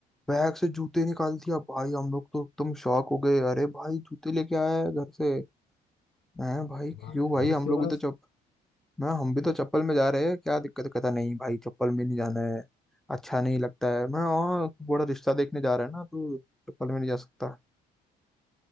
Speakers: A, in the centre; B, on the left.
A: बैग से जूते निकाल दिया भाई हम लोग तो एकदम शॉक हो गए अरे भाई जूते लेके आया है घर से मैं भाई
B: दिमाग
A: क्यों
B: है
A: भाई
B: भाई
A: हम
B: उसके
A: लोग भी
B: पास
A: तो चप मैं हम भी तो चप्पल में जा रहे हैं क्या दिक्कत है?" कहता नहीं भाई चप्पल में नहीं जाना है अच्छा नहीं लगता है मैं और बड़ा रिश्ता देखने जा रहा है ना तो चप्पल में नहीं जा सकता